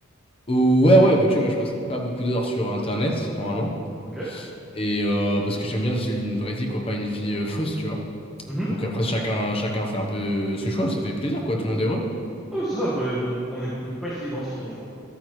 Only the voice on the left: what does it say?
ouais, ouais, bah, tu vois, moi, je passe pas beaucoup d'heures sur Internet, normalement.
Et euh, parce que j'aime bien vivre une vraie vie, quoi, pas une vie euh, fausse, tu vois.
Donc après, chacun, chacun fait un peu euh, ses choix, ça fait plaisir, quoi, tout le monde est heureux.